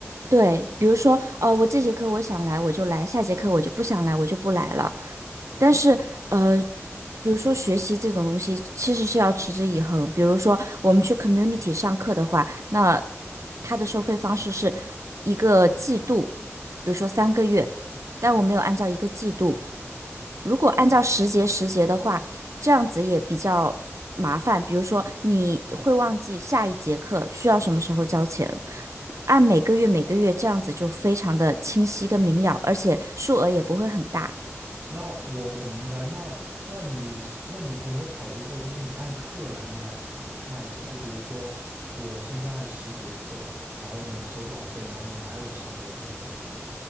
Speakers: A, on the right (about 80°); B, on the right (about 55°).
A: 对，比如说呃，我这节课我想来我就来，下节课我就不想来我就不来了。但是呃，比如说学习这种东西其实是要持之以恒。比如说我们去 community 上课的话，那它的收费方式是一个季度，比如说三个月，但我没有按照一个季度。如果按照时节时节的话，这样子也比较麻烦。比如说，你会忘记下一节课需要什么时候交钱，按每个月每个月这样子就非常的清晰跟明了，而且数额也不会很大。
B: 那我我明白，那那你是那你有没有考虑过，就是你按课来卖卖钱？就比如说我现在十节课，然后呢收多少费，然后你买我十节课这个样子。